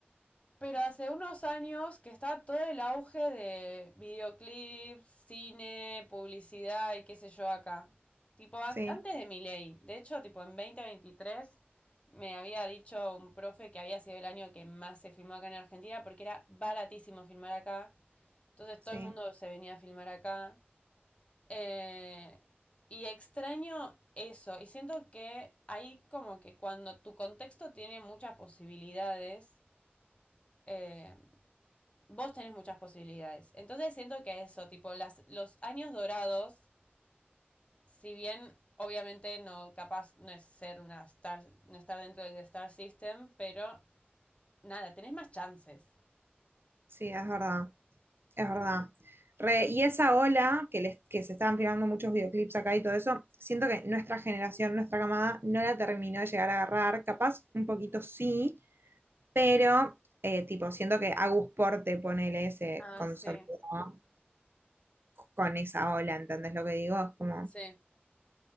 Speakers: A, on the left; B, on the right.
A: Pero hace unos años que está todo el auge de videoclips, cine, publicidad y qué sé yo acá. Tipo, a-
B: Sí,
A: antes de mi ley. De hecho, tipo, en 2023 me había dicho un profe que había sido el año que más se filmó acá en Argentina porque era baratísimo filmar acá. Entonces
B: sí,
A: todo el mundo se venía a filmar acá. Eh, y extraño eso. Y siento que ahí como que cuando tu contexto tiene muchas posibilidades, eh, vos tenés muchas posibilidades. Entonces siento que eso, tipo, las, los años dorados, si bien obviamente no capaz no es ser una star, no estar dentro del Star System, pero nada, tenés más chances.
B: sí, es verdad. Es verdad. Re, y esa ola que, les, que se estaban filmando muchos videoclips acá y todo eso, siento que nuestra generación, nuestra camada, no la terminó de llegar a agarrar. Capaz un poquito sí, pero eh, tipo, siento que Agus Porte, ponele, se
A: Ah,
B: consolidó
A: sí.
B: con esa ola, ¿entendés lo que digo? Es como,
A: Sí,